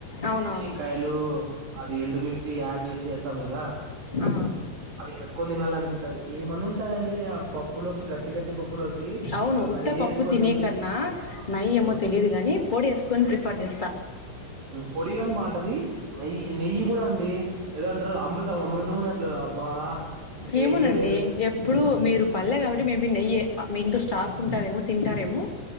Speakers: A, on the left; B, on the right.
A: అవునవును
B: శనక్కయలు అది ఎండు మిర్ ర్చి యాడ్ చేసి చేస్తాం కదా
A: ఆ
B: అది పెట్టుకొని తినాలి అనిపిత్తది. ఏమన్న ఉంటదండి. ఆ పప్పులోకి గట్టి గట్టి పప్పులోకి
A: అవును.
B: ఆ
A: ఉత్త
B: నెయ్యి
A: పప్పు
B: వేసుకొని
A: తినే
B: తింటే
A: కన్నా నెయ్యి
B: ఆ
A: ఏమో తెలిదు కాగాని పొడి వేసుకొని ప్రిఫర్ చేస్తా
B: పొడి గాని బాగుంటది. నెయ్యి నెయ్యి కూడా అండి ఏదోంటారు. అమృతం అమృతం అనేట్లుగా అబ్బా ఆ టేస్టే
A: ఏమనండి
B: వేరు
A: ఎప్పుడు
B: మ్మ్
A: మీరు పల్లె కాబట్టి మేబి నెయ్యి మీ ఇంట్ల స్టక్ ఉంటదేమో తింటారేమో